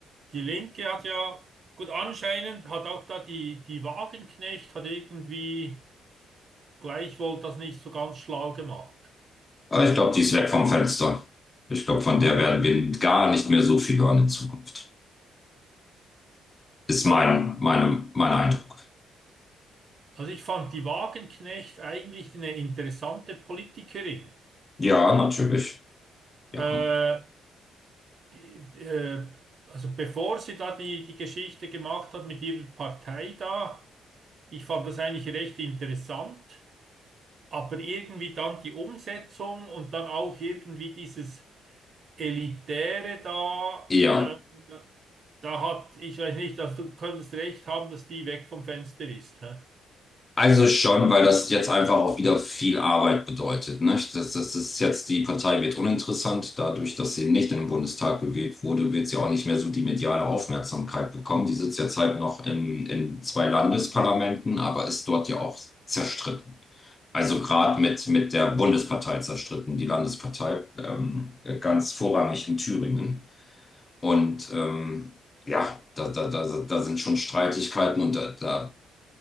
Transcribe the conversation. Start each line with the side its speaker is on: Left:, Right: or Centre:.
Right: die Linke hat ja, gut, anscheinend hat auch da die, die Wagenknecht hat irgendwie gleichwohl das nicht so ganz schlau gemacht.
Left: Aber ich glaube, die ist weg vom Fenster. Ich glaube, von der werden wir gar nicht mehr so viel hören in Zukunft. Ist
Right: Also,
Left: mein, meine, mein Eindruck.
Right: also ich fand die Wagenknecht eigentlich eine interessante Politikerin.
Left: Ja, natürlich.
Right: Äh,
Left: Ja.
Right: die, die, äh, also bevor sie da die, die Geschichte gemacht hat mit ihrer Partei da, ich fand das eigentlich recht interessant, aber irgendwie dann die Umsetzung und dann auch irgendwie dieses Elitäre da,
Left: Ja.
Right: äh, da hat, ich weiß nicht, also du könntest recht haben, dass die weg vom Fenster ist. Hä?
Left: Also schon, weil das jetzt einfach auch wieder viel Arbeit bedeutet, ne? Das, das ist jetzt, die Partei wird uninteressant. Dadurch, dass sie nicht in den Bundestag gewählt wurde, wird sie auch nicht mehr so die mediale Aufmerksamkeit bekommen. Die sitzt jetzt halt noch in, in zwei Landesparlamenten, aber ist dort ja auch zerstritten. Also gerade mit, mit der Bundespartei zerstritten, die Landespartei, ähm, ganz vorrangig in Thüringen. Und ähm, ja, da, da, da, da sind schon Streitigkeiten und da, da